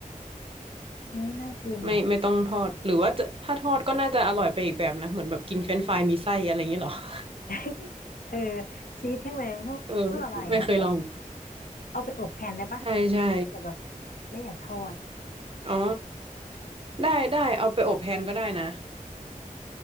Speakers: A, on the left (about 80°); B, on the right (about 40°).
A: เฮ้ยน่ากินอ่ะ
B: ไม่ไม่ต้องทอดหรือว่าจะถ้าทอดก็น่าจะอร่อยไปอีกแบบนะเหมือนแบบกินเฟรนช์ฟรายมีไส้อะไรอย่างเงี้ยเหรอ <laughs>
A: <laughs> เออชีสทั้งเลยพวกพวกละลายอ่ะ
B: เออไม่เคยลอง
A: เอาไปอบแทนได้ปะถ้าเกิดแบบ
B: ใช่ใช่
A: ไม่อยากทอด
B: อ๋อได้ได้เอาไปอบแทนก็ได้นะ